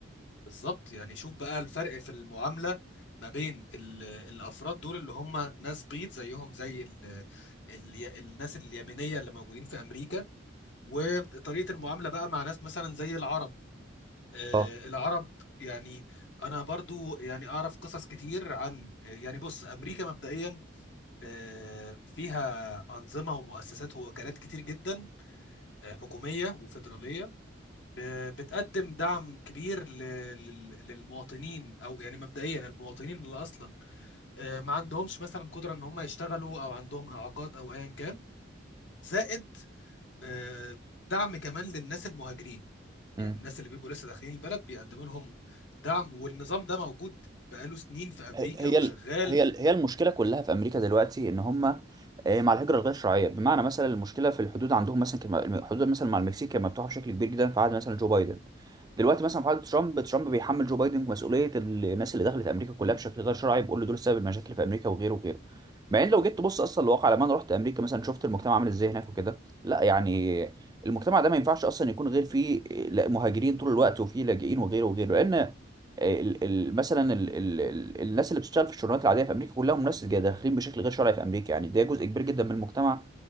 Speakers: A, on the left (about 65°); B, on the right (about 20°).
A: بالظبط يعني شوف بقى الفرق في المعاملة ما بين ال- الأفراد دول اللي هم ناس بيض زيهم زي ال ال الناس اليمينية اللي موجودين في أمريكا وطريقة المعاملة بقى مع ناس مثلا زي العرب آه
B: اه
A: العرب يعني أنا برضو يعني أعرف قصص كتير عن يعني بص أمريكا مبدئيا آه فيها أنظمة ومؤسسات ووكالات كتير جدا آه، حكومية وفيدرالية ب- بتقدم دعم كبير ل- لل- للمواطنين او يعني مبدئيا المواطنين اللي اصلا آه، ما عندهمش مثلا قدره ان هم يشتغلوا او عندهم اعاقات او ايا كان زائد آه، دعم كمان للناس المهاجرين
B: مم.
A: يعني الناس اللي بيبقوا لسه داخلين البلد بيقدموا لهم دعم والنظام ده موجود بقاله سنين في امريكا
B: هي هي
A: وشغال
B: ال- هي ال- هي المشكله كلها في امريكا دلوقتي ان هم آه، مع الهجره الغير شرعيه بمعنى مثلا المشكله في الحدود عندهم مثلا كان الم- الحدود مثلا مع المكسيك كانت مفتوحه بشكل كبير جدا في عهد مثلا جو بايدن دلوقتي مثلا في عهد ترامب ترامب بيحمل جو بايدن مسؤوليه الناس اللي دخلت امريكا كلها بشكل غير شرعي بيقول له دول سبب المشاكل في امريكا وغيره وغيره مع ان لو جيت تبص اصلا الواقع لما انا رحت امريكا مثلا شفت المجتمع عامل ازاي هناك وكده لا يعني المجتمع ده ما ينفعش اصلا يكون غير فيه آه، لا، مهاجرين طول الوقت وفيه لاجئين وغيره وغيره لان ال- ال- مثلا ال ال ال الناس اللي بتشتغل في الشغلانات العاديه في امريكا كلهم ناس جا- داخلين بشكل غير شرعي في امريكا يعني ده جزء كبير جدا من المجتمع